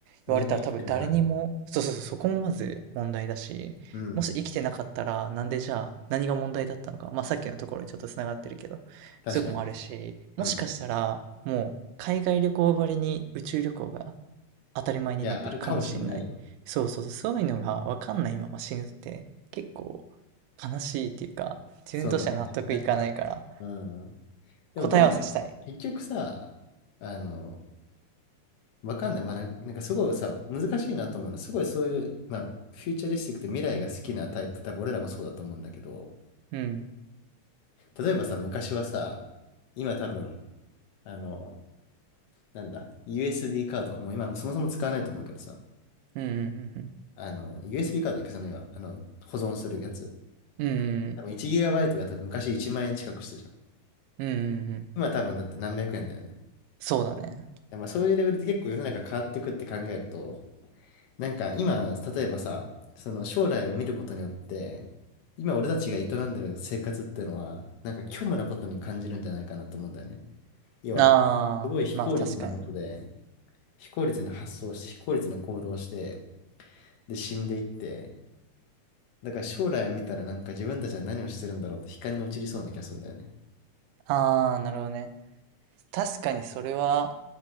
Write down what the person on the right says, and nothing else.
われたら多分誰にも、そうそうそう、そこもまず問題だし、
もし生きてなかったら、なんでじゃあ何が問題だったのか、まあさっきのところにちょっとつながってるけど、
そういうとこともあるし、もしかしたらもう海外旅行ばりに宇宙旅行が
当たり前になってるかもしんない。
そうそうそう、そういうのがわかんないまま死ぬって結構悲しいっていうか、自分としては納得いかないから
答え合わせしたい。
うん。
うんうん
うんうん。うん
うんうんうんうん。
そうだね。
ああ、
まあ確かに。
ああ、なるほどね。確かにそれは、